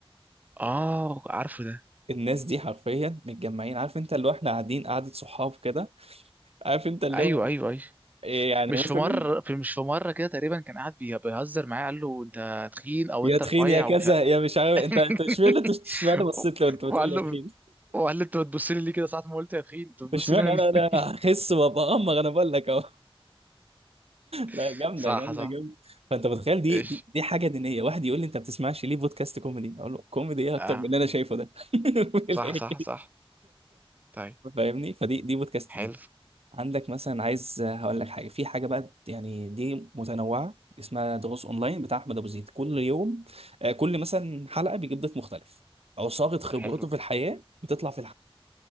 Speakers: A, on the right; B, on the right.
A: اه عارفه ده
B: الناس دي حرفيا متجمعين عارف انت اللي هو احنا قاعدين قعده صحاب كده عارف انت اللي
A: ايوه
B: هو
A: ايوه ايوه
B: إيه يعني
A: مش
B: مثلا
A: في مره في مش في مره كده تقريبا كان قاعد بي- بيهزر معايا قال له انت تخين او
B: يا
A: انت
B: تخين
A: رفيع
B: يا كذا يا مش عارف انت انت
A: <laughs>
B: اشمعنى انت اشمعنى بصيت لو انت
A: وقال
B: بتقول لي
A: له
B: يا تخين
A: وقال له انت بتبص لي ليه كده ساعة ما قلت يا اخي انت بتبص
B: اشمعنى
A: لي انا
B: انا انا
A: ليه؟
B: هخس وابقى امر انا بقول لك اهو
A: <laughs>
B: لا جامده
A: صح
B: جامده
A: صح
B: جامده فانت متخيل دي
A: ايش
B: دي, دي حاجه دينيه واحد يقول لي انت ما بتسمعش ليه بودكاست كوميدي اقول له كوميدي ايه اكتر
A: اه
B: من اللي انا شايفه ده <laughs> في
A: صح
B: الآخر.
A: صح صح طيب
B: فاهمني فدي دي بودكاست
A: حلو
B: دي عندك مثلا عايز هقول لك حاجه في حاجه بقى يعني دي متنوعه اسمها دروس اونلاين بتاع احمد ابو زيد كل يوم آه، كل مثلا حلقه بيجيب ضيف مختلف عصاره خبرته
A: حلو
B: في الحياه بتطلع في